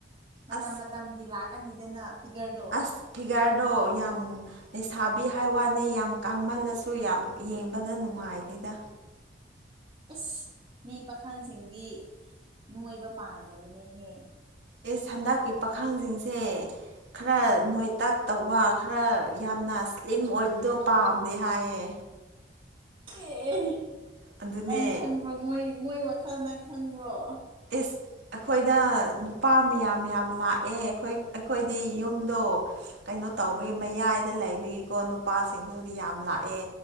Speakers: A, on the right; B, on the right.
A: ꯃꯇꯝ
B: ꯑꯁ
A: ꯃꯇꯝꯒꯤ ꯂꯥꯛꯀꯅꯤꯗꯅ ꯐꯤꯒꯔꯗꯣ
B: ꯑꯁ ꯐꯤꯒꯥ꯭ꯔꯗꯣ ꯌꯥꯝ ꯃꯨꯟ ꯂꯩꯁꯥꯕꯤ ꯍꯥꯏ ꯋꯥꯅꯤ ꯌꯥꯝ ꯀꯪꯃꯜꯂꯁꯨ ꯌꯥꯝ ꯌꯦꯡꯕꯗ ꯅꯨꯡꯉꯥꯏꯇꯦꯗ
A: ꯑꯁ ꯃꯤ ꯄꯥꯈꯪꯁꯤꯡꯗꯤ ꯅꯣꯏꯕ ꯄꯥꯝꯗꯕꯅꯦꯍꯦ
B: ꯏꯁ ꯍꯟꯗꯛꯀꯤ ꯄꯥꯈꯪꯁꯤꯡꯁꯦ ꯈꯔ ꯅꯣꯏꯇꯛ ꯇꯧꯕ ꯈꯔ ꯌꯥꯝꯅ ꯁ꯭ꯂꯤꯝ ꯑꯣꯏꯕꯗꯣ ꯄꯥꯝꯗꯦ ꯍꯥꯏꯌꯦ
A: ꯑꯦ
B: ꯑꯗꯨꯅꯦ
A: ꯅꯪ ꯈꯪꯕ꯭ꯔꯣ ꯃꯣꯏ ꯃꯣꯏ ꯋꯥ ꯅꯪ ꯈꯪꯕ꯭ꯔꯣ
B: ꯏꯁ ꯑꯩꯈꯣꯏꯗ ꯅꯨꯄꯥ ꯃꯌꯥꯝ ꯃꯌꯥꯝ ꯂꯥꯛꯑꯦ ꯑꯈꯣꯏ ꯑꯩꯈꯣꯏꯗꯤ ꯌꯨꯝꯗꯣ ꯀꯩꯅꯣ
A: ꯎꯝ
B: ꯇꯧꯕꯒꯤ ꯃꯌꯥꯏꯗ ꯂꯩꯕꯒꯤꯀꯣ ꯅꯨꯄꯥꯁꯤꯡꯗꯨꯗꯤ ꯌꯥꯝ ꯂꯥꯛꯑꯦ